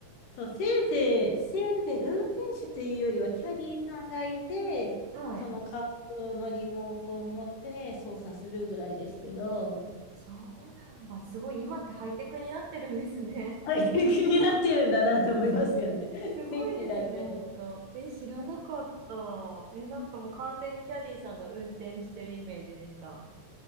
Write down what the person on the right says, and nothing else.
はい。
そうなんだ。すごい、今ってハイテクになってるんですね。
<laughs> すごいですね、
ほんと。え、知らなかった。え、なんかもう完全にキャディーさんが運転してるイメージでした。